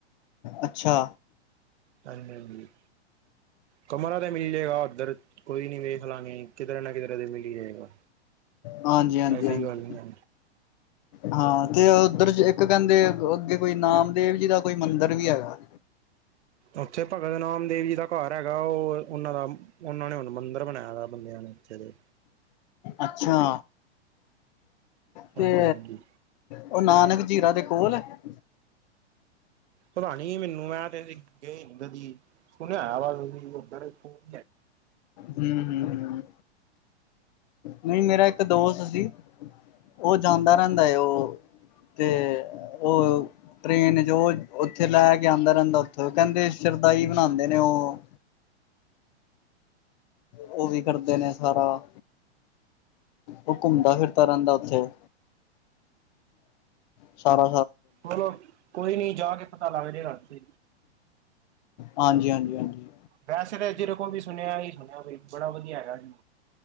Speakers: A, on the left; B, on the right.
A: ਅੱਛਾ।
B: ਹਾਂਜੀ, ਹਾਜੀ ਕਮਰਾ ਤਾਂ ਮਿਲਹੀ ਜਾਏਗਾ, ਉੱਧਰ ਕੋਈ ਨੀ, ਵੇਖ ਲਾਂਗੇ ਕਿਧਰੇ ਨਾ ਕਿਧਰੇ ਤੇ ਮਿਲਲੀ ਜਾਏਗਾ
A: ਹਾਂਜੀ, ਹਾਂਜੀ,
B: ਐਸੀ
A: ਹਾਂਜੀ।
B: ਗੱਲ ਨਹੀਂ ਹੈ।
A: ਹਾਂ ਤੇ ਉਧਰ ਜੇ ਇੱਕ ਕਹਿੰਦੇ, ਅੱਗੇ ਕੋਈ ਨਾਮਦੇਵ ਜੀ ਦਾ ਕੋਈ ਮੰਦਿਰ ਵੀ ਹੈਗਾ।
B: ਉੱਥੇ ਭਗਤ ਨਾਮ ਦੇਵ ਜੀ ਦਾ ਘਾਰ ਹੈਗਾ। ਉਹ ਉਹਨਾਂ ਦਾ ਉਹਨਾਂ ਨੇ ਹੁਣ ਮੰਦਰ ਬਣਾਇਆ ਬੰਦਿਆਂ ਨੇ ਉੱਥੇ ਦੇ।
A: ਅੱਛਾ। ਤੇ
B: ਹਾਂਜੀ ਹਾਂਜੀ।
A: ਉਹ ਨਾਨਕ ਚੀਰਾ ਦੇ ਕੋਲ ਹੈ
B: ਪਤਾ ਨੀ ਮੈਨੂੰ। ਮੈਂ ਗਏ ਨੀ ਕਦੀ, ਸੁਣ ਨਾ ਆਵਾਜ਼ ਉ <inaudible> ਹੋ <inaudible>
A: ਹਮ ਹਮ ਹਮ ਨਹੀਂ। ਮੇਰਾ ਇੱਕ ਦੋਸਤ ਸੀ । ਉਹ ਜਾਂਦਾ ਰਹਿੰਦਾ। ਉਹ ਤੇ ਉਹ ਟਰੇਨ ਜੋ ਉੱਥੋਂ ਲੈ ਕੇ ਆਂਦਾ ਰਹਿੰਦਾ, ਉਓਥੋਂ ਕਹਿੰਦੇ ਸ਼ਰਦਾਈ ਬਣਾਨਦੇ ਉਹ। ਉਹ ਵੀ ਕਰਦੇ ਨੇ ਸਾਰਾ, ਉਹ ਘੁੰਮਦਾ ਫਿਰਦਾ ਰਹਿੰਦਾ ਉਓਥੇ। ਸਾਰਾ
B: ਚਲੋ। ਕੋਈ ਨੀ ਜਾ ਕੇ ਪਤਾ ਲਗਜੇ ਗਾ, <inaudible>
A: ਹਾਂਜੀ, ਹਾਂਜੀ, ਹਾਂਜੀ।
B: ਵੈਸੇ ਤੇ ਜੇਦੇ ਕੋਵੀ ਸੁਣਿਆ ਹੀ <inaudible> ਬੜਾ ਵਧੀਆ ਹੈਗਾ ਜੇ